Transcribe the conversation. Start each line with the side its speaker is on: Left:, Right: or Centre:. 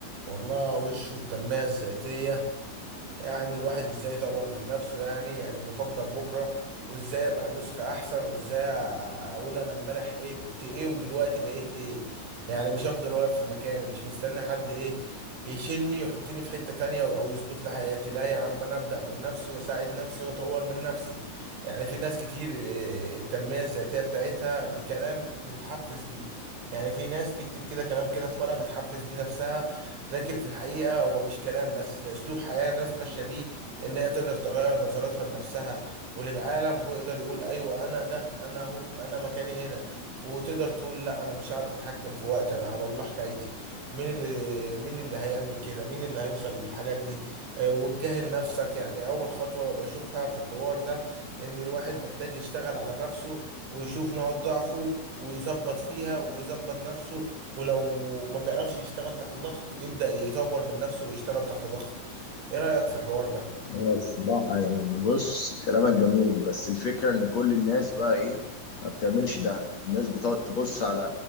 Right: والله وشه التنمية الذاتية يعني الواحد ازاي يطور من نفسه يعني يعني بفكر بكرة وازاي ابقى نسخة احسن وازاي اقول انا امبارح ايه كنت ايه ودلوقتي بقيت ايه يعني مش هفضل واقف في مكاني مش مستني حد ايه يشيلني يحطني في حتة تانية او يظبط لي حياتي لا يا عم انا ابدأ من نفسي واساعد نفسي واطور من نفسي يعني في ناس كتير إيه، التنمية الذاتية بتاعتها بكلام بتتحفز بيه يعني في ناس تكتب كده كلام كده في ورقة بتحفز بيه نفسها لكن في الحقيقة هو مش كلام بس ده أسلوب حياة الناس ماشية بيه إن هي تقدر تغير نظرتها لنفسها وللعالم ويقدر يقول أيوة أنا ده أنا أهو أنا مكاني هنا وتقدر تقول لا أنا مش عارف أتحكم في وقت أنا على الله حكايتي مين اللي مين اللي هيعمل كده مين اللي هيوصل للحاجات دي آه، وتجاهل نفسك يعني أول خطوة بشوفها في الحوار ده إن الواحد محتاج يشتغل على نفسه ويشوف نقاط ضعفه ويظبط فيها ويظبط نفسه ولو ما بيعرفش يشتغل تحت ضغط يبدأ يطور من نفسه ويشتغل تحت ضغط ايه رأيك في الحوار ده
Left: هو الصراحة يعني بص كلامك جميل بس الفكرة إن كل الناس بقى إيه ما بتعملش ده الناس بتقعد تبص على